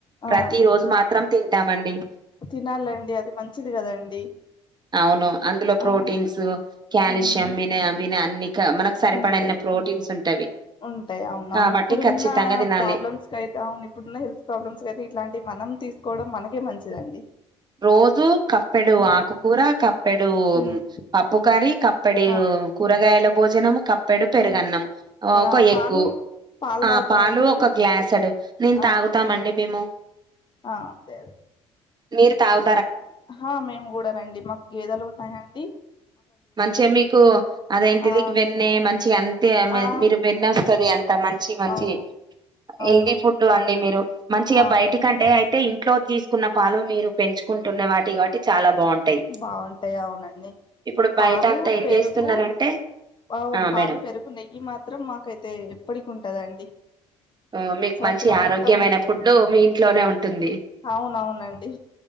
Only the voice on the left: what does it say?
ఆ
తినాలండి అది మంచిది కదండి
అవును
ఉమ్
ఉంటాయి
ఉంటాయి అవునా
ఇప్పుడున్న
ప్రాబ్లమ్స్ కయితే అవును ఇప్పుడున్న హెల్త్ ప్రాబ్లమ్స్ కయితే ఇట్లాంటి మనం తీసు కోవడం మనకే మంచిదండి
ఉమ్
ఉమ్
అవును
ఆ ఆ
పాలు
పాలు తాగుతారండి
మరి
ఆ
ఆ అదే అదే
హా మేము కూడా నండి మాకు గేదలు ఉన్నాయాండి
ఆ
ఆ
అవును అవును
అవును
బాగుంటాయి అవునండి
పాలు
పెరుగు
అవును
పాలు
పెరుగు నెయ్యి మాత్రం మాకైతే ఎప్పటికి ఉంటదండి
సంవత్సరం
మొత్తం ఉంటది
అవునవునండి